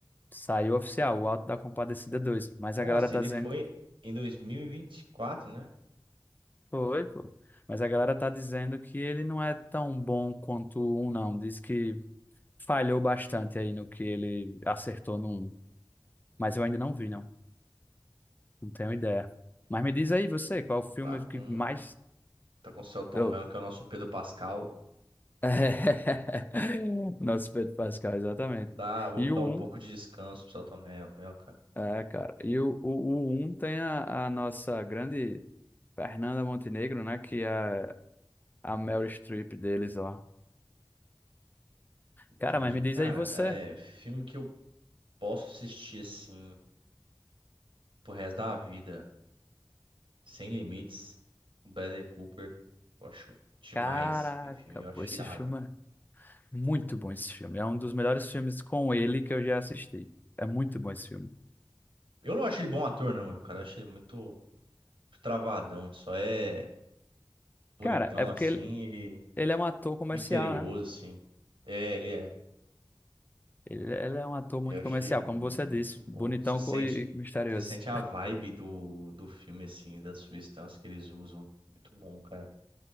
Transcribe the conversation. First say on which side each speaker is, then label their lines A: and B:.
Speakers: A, on the left (about 20°); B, on the right (about 85°).
A: Saiu oficial, o Auto da Compadecida 2. Mas
B: Nossa,
A: a galera tá
B: ele
A: dizendo...
B: foi em dois mil e e vinte e quatro né?
A: Foi, pô. Mas a galera tá dizendo que ele não é tão bom quanto o um, não. Diz que falhou bastante aí no que ele acertou no um. Mas eu ainda não vi, não. Não tenho ideia. Mas me diz aí você, qual o filme
B: Tá com,
A: que mais...
B: tá com o Selton
A: Eu-
B: Mello, que é o nosso Pedro Pascal.
A: <laughs> Nosso Pedro Pascal, exatamente.
B: Dá, vamos
A: E o
B: dar um pouco
A: 1,
B: de descanso pro Selton Mel- Mello, cara.
A: É, cara. E o, o, o 1 tem a, a nossa grande Fernanda Montenegro, né? Que é a Meryl Streep deles lá. Cara,
B: Entendi.
A: mas me diz
B: Cara,
A: aí você.
B: é filme que eu posso assistir, assim, pro resto da vida. Sem Limites, o Bradley Cooper, eu acho demais.
A: Caraca,
B: Aquele filme eu
A: pô,
B: acho
A: esse
B: irado.
A: filme é muito bom esse filme. É um dos melhores filmes com ele que eu já assisti. É muito bom esse filme.
B: Eu não acho ele bom ator, não, viu, cara. Eu acho ele muito, muito travadão. Ele só é bonitão,
A: Cara, é porque
B: assim,
A: ele,
B: e
A: ele é um ator comercial,
B: misterioso,
A: né?
B: assim. É, ele é.
A: Ele, ele é um ator muito
B: Eu achei
A: comercial,
B: muito
A: como você disse.
B: bom.
A: Bonitão
B: Você sente,
A: e e misterioso.
B: você sente a vibe do, do filme, assim, das substâncias que eles usam. Muito bom, cara.